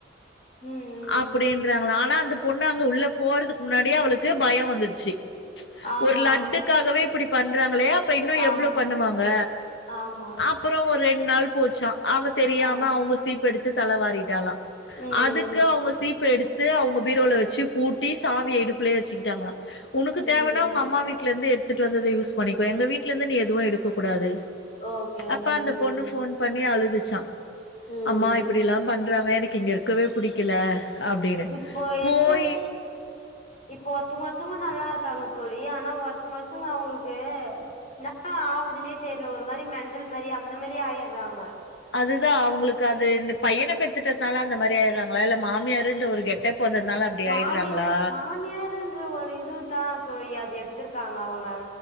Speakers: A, on the left; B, on the left.
A: ம் ம்
B: அப்படின்றாங்களா ஆனா அந்த பொண்ணு அங்க உள்ள போறதுக்கு முன்னாடியே அவளுக்கு பயோ வந்துடுச்சு
A: ஆமா
B: ஒரு லட்டுக்காகவே இப்படி பண்றாங்களே அப்ப இன்னு
A: ஆமா ஆமா
B: எவ்ளோ பண்ணுவாங்க
A: ம் ஆமா
B: அப்றோ ஒரு ரெண்டு நாள் போச்சா அவ தெரியாம
A: ஆ
B: அவங்க சீப்பெடுத்து தலை வாறிட்டாலா
A: ம்
B: அதுக்கு அவங்க சீப்ப எடுத்து அவங்க பீரோல வெச்சு பூட்டி சாவிய இடுப்புலயே வெச்சுக்கிட்டாங்களா உனக்கு
A: ம்
B: தேவைன்னா உங்க அம்மா வீட்டுல இருந்து எடுத் துட்டு வந்ததே யூஸ் பண்ணிக்கோ எங்க வீட்ல இருந்து நீ எதுவு எடுக்ககூடாது
A: ஓகே
B: அப்ப
A: ஓகே
B: அந்த
A: ம்
B: பொண்ணு ஃபோன் பண்ணி அழு துச்சா
A: ம்
B: அம்மா இப்படி எல்லா பண்றாங்க எனக்கு இங்க இருக்கவே புடிக்கல அப்டின்னு
A: இப்போ
B: போய்
A: இருக்கு இப்போ ஒருத்தங்க ஒருத்தங்க நல்லா இருக்காங்க தோழி ஆனா ஒர்த்துங்க ஒர்த்துங்க அவங்களுக்கு என்ன என்ன ஆவுதுன்னே தெரியல ஒரு மாறி மென்டல் மாறி அந்த மாறி ஆயட்றாங்க
B: அதுதா அவங்களுக்கு அது இந்த பையன பெத்துட்டதுனால அந்த மாறி ஆயர்றாங்களா இல்ல மாமியாருன்ற ஒரு கெட்டப் வந்ததுனால அப்டி
A: மாமி
B: ஆயர்றாங்களா
A: மாமியாருன்ற ஒரு இதுதா தோழி அது எடுத்திருக்காங்க அவங்க